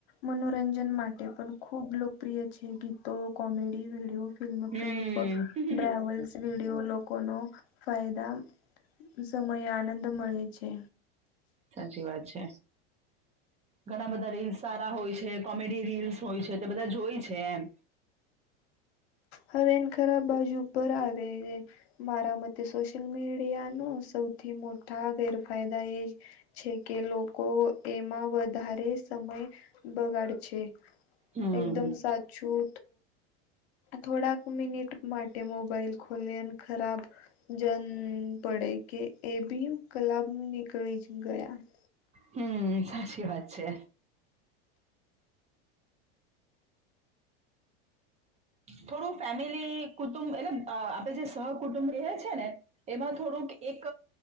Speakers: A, on the left; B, on the right.
A: મનોરંજન માટે પણ ખૂબ લોકપ્રિય છે ગીતો, કોમેડી, વિડીયો ફિલ્મ
B: હમ
A: કલીપ ડ્રવલ્સ <unintelligible> રેડિયો લોકોનો ફાયદા સમયે આનંદ મળે છે.
B: સાચી વાત છે. ઘણા બધા રીલ્સ સારા હોય છે કોમેડી રીલ્સ હોય છે તે બધા જોય છે એમ
A: હવે એને ખરાબ બાજુ પર આવે છે. મારા મતે સોશિયલ મીડિયા ન સૌથી મોટા ગેરફાયદા એ જ- છે કે લોકો એમાં વધારે સમય બગાડ છે.
B: હમ
A: એકદમ સાચું થોડાક મિનિટ માટે મોબાઈલ ખોલીએ અને ખરાબ જમ પડે કે એ બી કલાબ નીકળી જ ગયા- -
B: હમ સાશી વાત છે.. થોડું ફેમિલી કુટુંબ એટલે આપડે જે સહકુટુંબ રહે છે ને- - એમાં થોડુંક એક